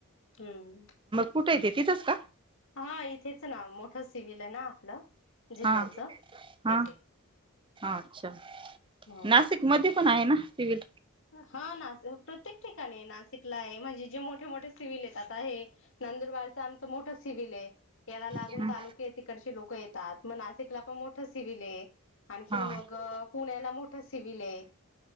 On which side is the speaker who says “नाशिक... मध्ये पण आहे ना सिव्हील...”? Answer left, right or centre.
Right